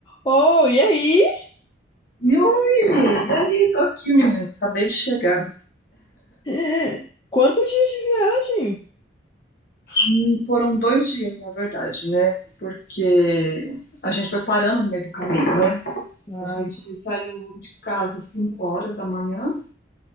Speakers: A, on the left (about 20°); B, on the left (about 50°).
A: Oh, e aí?
B: Yuri, e aí, tô aqui, menino. Acabei de chegar.
A: <laughs> Quantos dias de viagem?
B: Hum, Foram dois dias, na verdade, né? Porque a gente foi parando no meio do caminho, né?
A: Ai,
B: A gente saiu de casa às 5 horas da manhã,